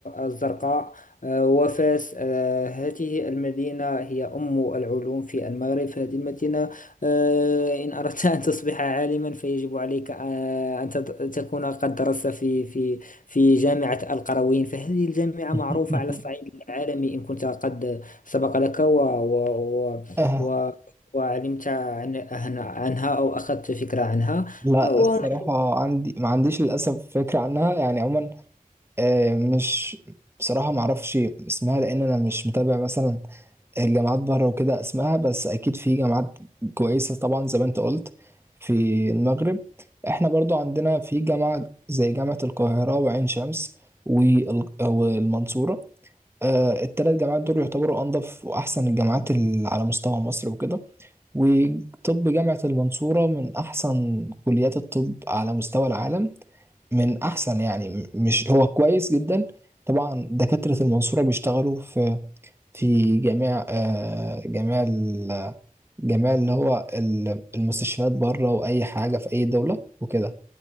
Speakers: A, on the left; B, on the right.
A: الزرقاء آه، وفاس آه، هذه المدينة هي أم العلوم في المغرب فهذه المدينة آه، إن أردت أن تصبح عالما فيجب عليك آه، أن تت- تكون قد درست في في في جامعة القرويين فهذه الجامعة
B: <laughs>
A: معروفة على الصعيد العالمي إن كنت قد سبق لك و و و
B: آه
A: و وعلمت عن عن- عنها أو أخذت فكرة عنها
B: لا
A: وهنا
B: الصراحة عندي ما عنديش للأسف فكرة عنها يعني عموما آه، مش بصراحة ما اعرفش اسمها لان انا مش متابع مثلا الجامعات بره وكده اسمها بس اكيد في جامعات كويسة طبعا زي ما انت قلت في المغرب احنا برضو عندنا في جامعة زي جامعة القاهرة وعين شمس وال- والمنصورة آه، التلات جامعات دول يعتبروا انضف واحسن الجامعات اللي على مستوى مصر وكده وطب جامعة المنصورة من احسن كليات الطب على مستوى العالم من احسن يعني م- مش هو كويس جدا طبعا دكاترة المنصورة بيشتغلوا في في جميع آه، جميع ال- جميع اللي هو ال- المستشفيات بره واي حاجة في اي دولة وكده